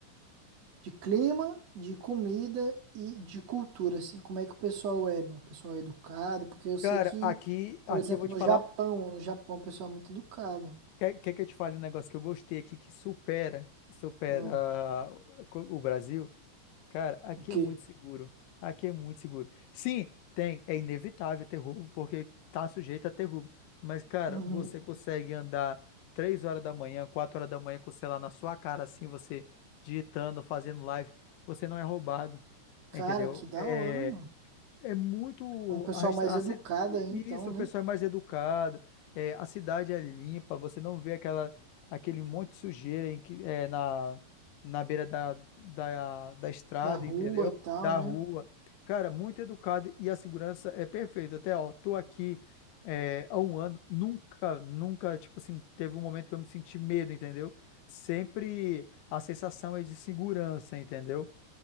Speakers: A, on the right; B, on the left.
A: De clima, de comida e de cultura, assim, como é que o pessoal é, mano? O pessoal é educado, porque eu sei
B: Cara,
A: que,
B: aqui, aqui
A: por exemplo,
B: eu vou te
A: no
B: falar.
A: Japão, no Japão o pessoal é muito educado.
B: Quer, quer que eu te fale um negócio que eu gostei aqui que supera, supera
A: Hum,
B: ah, o Brasil? Cara, aqui
A: o quê?
B: é muito seguro. Aqui é muito seguro. Sim, tem. É inevitável ter roubo, porque tá sujeito a ter roubo. Mas, cara,
A: Uhum.
B: você consegue andar três horas da manhã, quatro horas da manhã com o celular na sua cara, assim, você digitando, fazendo live. Você não é roubado.
A: Cara,
B: Entendeu?
A: que da
B: É,
A: hora, mano.
B: é muito.
A: É Um pessoal
B: A, resta-
A: mais educado
B: a ci-
A: aí, então,
B: isso, o
A: né?
B: pessoal é mais educado, é, a cidade é limpa, você não vê aquela, aquele monte de sujeira em que, é, na, na beira da, da, da estrada,
A: Da rua
B: entendeu?
A: e tal,
B: Da
A: né?
B: rua. Cara, muito educado e a segurança é perfeita. Até, ó, tô aqui é, há um ano, nunca, nunca, tipo assim, teve um momento que eu me senti medo, entendeu? Sempre a sensação é de segurança, entendeu?